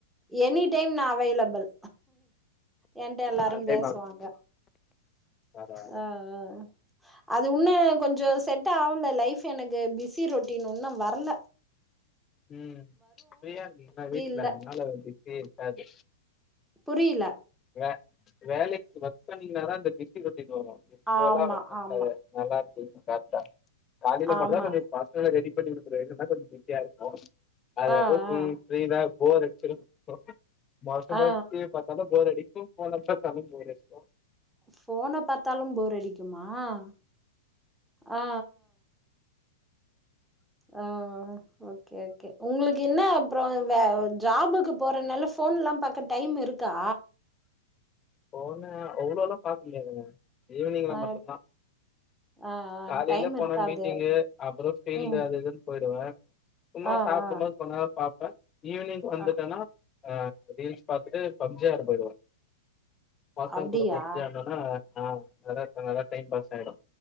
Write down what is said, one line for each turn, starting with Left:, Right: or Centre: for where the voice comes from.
Centre: எனி டைம் நா அவைளபிள் ஏன்ட்ட எல்லாரு
Left: ஆல் டைம்
Centre: பேசுவாங்க
Left: ஆகும் பரவால்ல
Centre: ஆ அ அது உன்னோ கொஞ்சோ செட் ஆவல லைஃப் எனக்கு பிஸி ரொட்டின் உன்னு வர்ல
Left: ம் பிரியாருங்கிங்கல்ல வீட்ல
Centre: இல்ல
Left: அதனால உங்களுக் <unintelligible> இருக்காது
Centre: புரியல
Left: வே வேலைக்கு ஒர்க் பண்ணீங்கனாதா அந்த பிஸி ஒ ஸினு வரு இப்போல்லா
Centre: ஆமா
Left: <inaudible>
Centre: ஆமா
Left: நல்லாருக் ம் சாப்டே காலையில
Centre: ஆமா
Left: மட்டுந்தா கொஞ்சொ பசங்கள ரெடி பண்ணி அனுப்பர வரைக்குந்தா கொஞ்சோ பிஸியா இருக்கு அதுகப்பறோ
Centre: ஆ
Left: ஃப்ரீ
Centre: ஆ
Left: ஃப்ரீதா போர் அடுச்சிரு <unintelligible>
Centre: ஆ ஆ
Left: பாத்தாலு போரடிக்கும் ஃபோன பாத்தாலும் போரடிக்கு
Centre: ஃபோன பாத்தாலு போர் அடிக்குமாஹ் அ ஆ ஆ ஓகே ஓகே உங்களுக்கு என்னா அப்றோ வே ஜாபுக்கு போறனால ஃபோ ஃபோன்லா பாக்க டைம் இருக்கா?
Left: ஃபோன அவ்ளோல்லா பாக்க முடியாதுங்க ஈவினிங்ல
Centre: ஆ
Left: மட்டுந்தா
Centre: ஆ ஆ
Left: காலைல
Centre: டைம்
Left: போனா
Centre: இருக்காது
Left: மீட்டிங்கு அப்புறொ ஃபீல்டு
Centre: ம்
Left: அது இதுன்னு பொயிருவே சும்மா
Centre: ஆ
Left: சாப்டும்போது
Centre: ஆ
Left: கொஞ் நேரோ பாப்பே ஈவினிங் வந்துட்டன்னா
Centre: ஆ
Left: அ ரீல்ஸ் பாத்துட்டு பப்ஜியாட போயிடுவ பசங்க
Centre: அப்டியா
Left: கூட பப்ஜி ஆடுனனா ஆ நல்லா நல்லா டைம் பாஸ் ஆயிடு